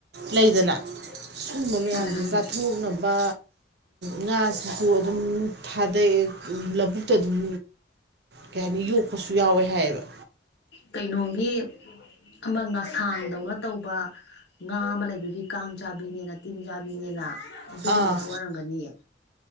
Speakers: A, on the right; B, on the left.
A: ꯂꯩꯗꯅ ꯁꯒꯨꯝꯕ ꯃꯌꯥꯝꯁꯦ
B: ꯎꯝ
A: ꯀꯥꯊꯣꯛꯅꯕ ꯉꯥꯁꯤꯁꯨ ꯑꯗꯨꯝ ꯊꯥꯗꯩꯑ ꯂꯧꯕꯨꯛꯇ ꯑꯗꯨꯝ ꯀꯩ ꯍꯥꯏꯅꯤ ꯌꯣꯛꯄꯁꯨ ꯌꯥꯎꯋꯦ ꯍꯥꯏꯌꯦꯕ
B: ꯀꯩꯅꯣꯒꯤ ꯑꯃ ꯉꯁꯥꯡꯗꯧꯅ ꯇꯧꯕ ꯉꯥ ꯑꯃ ꯂꯩꯗꯨꯗꯤ ꯀꯥꯡ ꯆꯥꯕꯤꯅꯦꯅ ꯇꯤꯡ ꯆꯥꯕꯤꯅꯦꯅ ꯑꯗꯨꯒꯨꯝꯕꯗꯨ
A: ꯑꯥ
B: ꯑꯣꯏꯔꯝꯒꯅꯤꯌꯦ